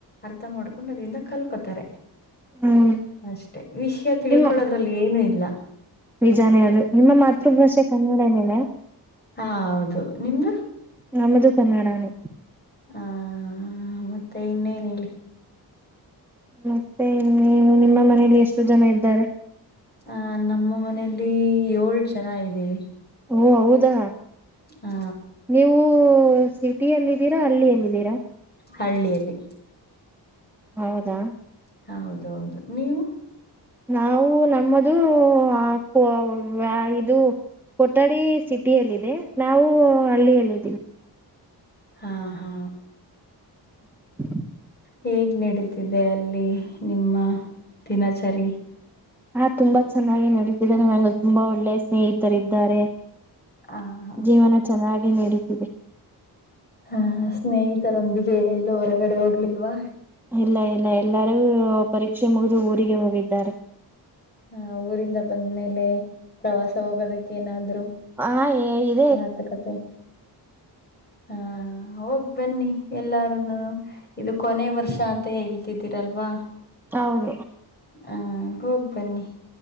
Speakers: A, on the left; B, in the centre.
A: ಅರ್ಥ ಮಾಡ್ಕೊಂಡ್ ಅದ್ರಿಂದ ಕಲ್ಕೊತಾರೆ
B: ಹ್ಮ್
A: ಅಷ್ಟೆ ವಿಷಯ ತಿಳ್ಕೊಳೋದ್ರಲ್ಲಿ
B: ನಿಮ್ಮ
A: ಏನು ಇಲ್ಲ
B: ನಿಜಾನೇ ಅದು ನಿಮ್ಮ ಮಾತೃಭಾಷೆ ಕನ್ನಡ ಏನೆನ
A: ಹಾ ಹೌದು ನಿಮ್ದು
B: ನಮ್ದು ಕನ್ನಡಾನೆ
A: ಹ ಮತ್ತೆ ಇನ್ನೇನ್ ಏನ್ ಹೇಳಿ
B: ಮತ್ತೆ ಇನ್ನೇನು ನಿಮ್ಮ ಮನೇಲಿ ಎಷ್ಟು ಜನ ಇದ್ದಾರೆ
A: ಆ ನಮ್ಮ ಮನೆಲಿ ಏಳ್ ಜನ ಇದ್ದೀವಿ
B: ಓ ಹೌದಾ
A: ಹಾ
B: ನೀವು ಸಿಟಿಿಯಲ್ಲಿದ್ದೀರಾ ಹಳ್ಳಿಯಲ್ಲಿದ್ದೀರಾ
A: ಹಳ್ಳಿಯಲ್ಲಿ
B: ಹೌದಾ
A: ಹಾ ಹೌದ ಹೌದು ನೀವು
B: ನಾವು ನಮ್ಮದು ಆ ವಾ ಇದು ಕೊಠಡಿ ಸಿಟಿಿಯಲ್ಲಿದೆ ನಾವು ಹಳ್ಳಿಯಲ್ಲಿ ಇದ್ದೀವಿ
A: ಹಾ ಹಾ
B: <inaudible>
A: ಹೇಗ್ ನಡೀತಿದೆ ಅಲ್ಲಿ ನಿಮ್ಮ ದಿನಚರಿ
B: ಹಾ ತುಂಬಾ ಚೆನ್ನಾಗಿ ನಡೀತಿದ್ದೇನೆ ನನಗೆ ತುಂಬಾ ಒಳ್ಳೆ ಸ್ನೇಹಿತರಿದ್ದಾರೆ
A: ಆ ಹಾ
B: ಜೀವನ ಚೆನ್ನಾಗಿ ನಡೀತಿದೆ
A: ಹಾ ಸ್ನೇಹಿತರೊಂದಿಗೆ ಎಲ್ಲೂ ಹೊರಗಡೆ ಹೋಗ್ಲಿಲ್ವಾ
B: ಇಲ್ಲ ಇಲ್ಲ ಎಲ್ಲಾರೂ ಪರೀಕ್ಷೆ ಮುಗಿದು ಊರಿಗೆ ಹೋಗಿದ್ದಾರೆ
A: ಹ ಊರಿಂದ ಬಂದ್ಮೇಲೆ ಪ್ರವಾಸ ಹೋಗೋದಕ್ಕೆ ಏನಾದ್ರು
B: ಹ ಎ
A: ಮಾತು ಕತೆ ಹ ಹ ಬನ್ನಿ ಎಲ್ಲಾರುನು ಇದು ಕೊನೆ ವರ್ಷ ಅಂತ ಹೇಳ್ತಿದ್ದೀರಲ್ವಾ
B: ಹೌದು
A: ಹ ಹೋಗ್ ಬನ್ನಿ